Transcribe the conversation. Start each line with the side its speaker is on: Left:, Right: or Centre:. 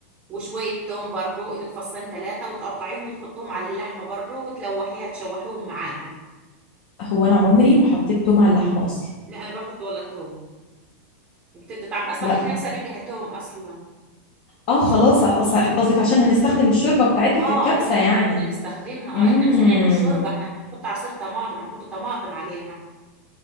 Right: وشويه توم برضو متفصلين ثلاثه وتقطعيهم وتحطهم على اللحمه برضو وتلوحيها تشوحيهم معاها
Left: هو أنا عمري ما حطيت توم على اللحمة أصلا
Right: لا انا بحط ولا توم بتدي طعم اصلا
Left: لا
Right: الكبسه بدها توم اصلا
Left: اه خلاص اصلا احنا قصدك عشان هنستخدم الشوربة بتاعتها
Right: اه
Left: في الكبسة
Right: بدنا
Left: يعني
Right: احنا بدنا نستخدمها
Left: امم
Right: اه احنا مش هنعمل شوربه احنا هنحط عصير طماطم هنحط طماطم عليها